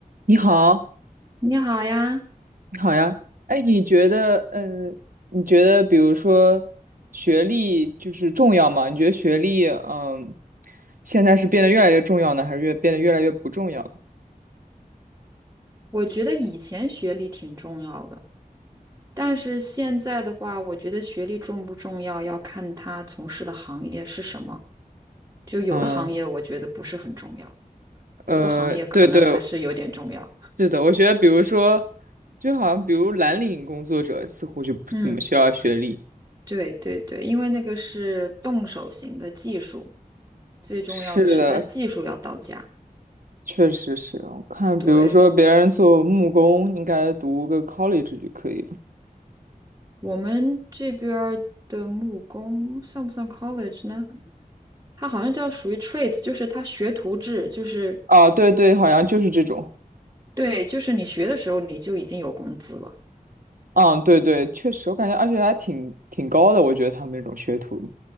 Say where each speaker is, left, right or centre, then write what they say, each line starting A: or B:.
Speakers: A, on the right; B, on the right.
A: 你好，
B: 你好呀，
A: 你好呀。哎，你觉得，嗯，你觉得，比如说，学历就是重要吗？你觉得学历，嗯，现在是变得越来越重要呢，还是越变得越来越不重要了
B: 我觉得以前学历挺重要的，但是现在的话，我觉得学历重不重要要看他从事的行业是什么。就有的行业我觉得不是很重要，
A: 嗯，
B: 有的行业可能还是有点重要。
A: 呃，对对，是的，我觉得，比如说，就好像比如蓝领工作者似乎就不怎么需要学历。
B: 嗯，对对对，因为那个是动手型的技术，最重要的是它技术要到家。
A: 是的，确实是。我看，
B: 对，
A: 比如说别人做木工，应该读个 college 就可以了。
B: 我们这边儿的木工算不算 college 呢？它好像叫属于 trades，就是它学徒制，就是。
A: 啊，对对，好像就是这种。
B: 对，就是你学的时候你就已经有工资了。
A: 嗯，对对，确实，我感觉而且还挺挺高的，我觉得他们那种学徒，